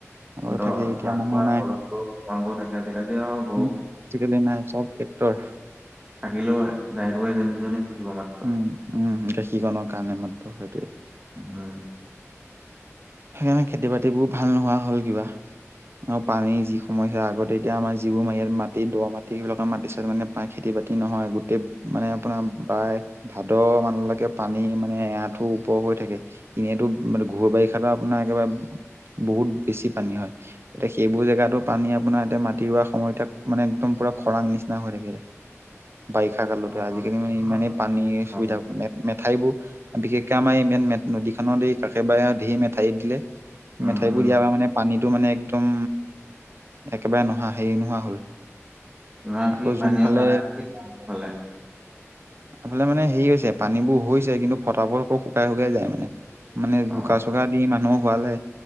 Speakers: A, on the right; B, on the right.
A: আগতে
B: ধৰ
A: থাকেই এতিয়া
B: হাল
A: মানুহ
B: বোৱা
A: নাই
B: ফলত', ভাং গৰুও থাকে, আজি কালি আওঁ',
A: উম', আজিকালি নাই, চব ট্ৰেক্টৰ',
B: থাকিলেও গায় গৰু এজনী - দুজনী পোহিব মাত',
A: উম', - উম', গাখীৰখনৰ কাৰণে মাত্ৰ সেইটোয়েই',
B: উ', -উম',
A: সেইকাৰণে খেতি - বাতিবোৰ ভাল নোহোৱা হ'ল কিবা', আৰু পানী যি সময় হে আগতে এতিয়া আমাৰ যিবোৰ মা ইয়াত মাটি দ মাটি সেইবিলাক মাটি চাই মানে', তাত খেতি - বাতি নহয় গোটেই মানে আপোনাৰ প্ৰায়', ভাদ মানলৈকে পানী মানে এআঠু ওপৰ হৈ থাকে, এনেতো মানে ঘোৰ বাৰিষা', তেখেতৰ আপোনাৰ একেবাৰে ব', -বহুত বেছি পানী হয়', এতিয়া সেইবোৰ জেগাতো পানী আপোনাৰ এতিয়া মাটি ৰোৱা সময়তে মানে একদম পুৰা খৰাং নিচিনা হৈ থাকিলে', বাৰিষা কালতো
B: অ
A: আজিকালি মানে
B: অ অ
A: ইমানেই পানী সুবিধা মে', মেঠাইবোৰ, বিশেষকে আমাৰ ইমান নদীখনত কাষেবাৰে ধেৰ মেঠাৰি দিলে',
B: উম
A: মেঠাইবোৰ
B: উম
A: দিয়াৰ পৰা মানে পানীতটো মানে একদম, একেবাৰে নোহা হেৰি নোহোৱা হ'ল',
B: তোমাৰ
A: আকৌ
B: কি
A: যোনফালে
B: পানী অহা নাই কি তোমালোকৰ ফালে?
A: আমাৰ ফালে মানে হেৰি হৈছে পানীবোৰ হৈছে কিন্তু ফটাফট আকৌ শুকাই - শুকাই যায় মানে', মানে বোকা
B: অ
A: - চোকা দি মানুহ হোৱালে',